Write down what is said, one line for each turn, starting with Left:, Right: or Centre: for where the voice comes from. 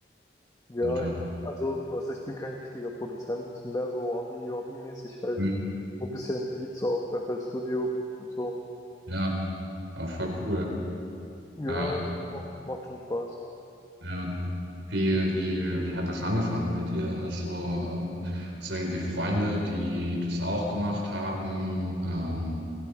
Left: Ja,
Right: oder?
Left: ich, also was ich bin kein richtiger Produzent, mehr so Hobby, hobbymäßig halt.
Right: Hm,
Left: So ein bisschen Beats auf FL Studio und so.
Right: ja, auch voll cool.
Left: Ja,
Right: Ähm,
Left: macht, macht schon Spaß.
Right: ja. Wie, wie, wie hat das angefangen bei dir? Also, ähm, so irgendwie Freunde, die das auch gemacht haben? Ähm,